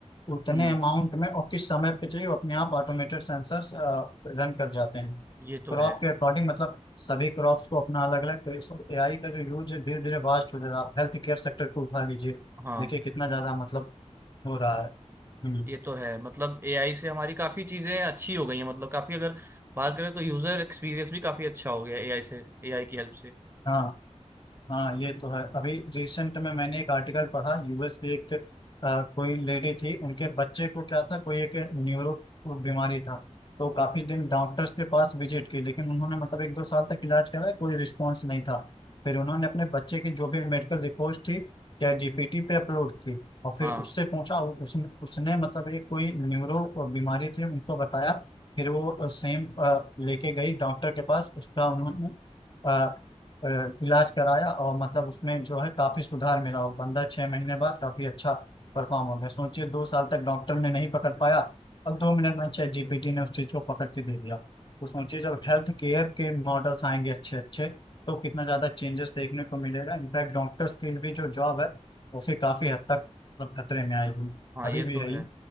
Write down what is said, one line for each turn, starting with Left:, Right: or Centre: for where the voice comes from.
Left: उतने
Right: हम्म
Left: अमाउंट में और किस समय पे चाहिए वो अपने आप ऑटोमेटेड सेंसर्स रन कर जाते हैं
Right: ये तो
Left: क्रॉप
Right: है
Left: के अकॉर्डिंग मतलब सभी क्रॉप्स को अपना अलग अलग तो ये सब एआई का जो यूज है धीरे धीरे वास्ट हो जा रहा है आप हेल्थ केयर सेक्टर को उठा लीजिए
Right: हाँ
Left: देखिए कितना ज्यादा मतलब हो रहा है हम्म
Right: ये तो है मतलब एआई से हमारी काफी चीजें अच्छी हो गई हैं मतलब काफी अगर बात करें तो यूजर एक्सपीरियंस भी काफी अच्छा हो गया एआई से एआई की हेल्प से
Left: हाँ हाँ ये तो है अभी रिसेंट में मैंने एक आर्टिकल पढ़ा यूएस की एक अ, कोई लेडी थी उनके बच्चे को क्या था कोई एक न्यूरो बीमारी था तो काफी दिन डॉक्टर्स के पास विजिट की लेकिन उन्होंने मतलब एक दो साल तक इलाज कराया कोई रिस्पॉन्स नहीं था फिर उन्होंने अपने बच्चे की जो भी मेडिकल रिपोर्ट थी चैट जीपीटी पे अपलोड की और फिर
Right: हाँ
Left: उससे पूछा और उसने उसने मतलब ये कोई न्यूरो बीमारी थी उनको बताया फिर वो सेम लेके गई डॉक्टर के पास उसका उन्होंने अ, इलाज कराया और मतलब उसमें जो है काफी सुधार मिला और बंदा छह महीने बाद काफी अच्छा परफॉर्म हो गया सोचिए दो साल तक डॉक्टर ने नहीं पकड़ पाया और दो मिनट में चैट जीपीटी ने उस चीज को पकड़ के दे दिया तो सोचिए जब हेल्थ केयर के मॉडल्स आएंगे अच्छे अच्छे तो कितना ज्यादा चेंजेस देखने को मिलेगा इनफैक्ट डॉक्टर्स की भी जो जॉब है वो फिर काफी हद तक मतलब खतरे में आएगी
Right: हाँ
Left: अभी
Right: ये
Left: भी
Right: तो
Left: है
Right: है
Left: ये।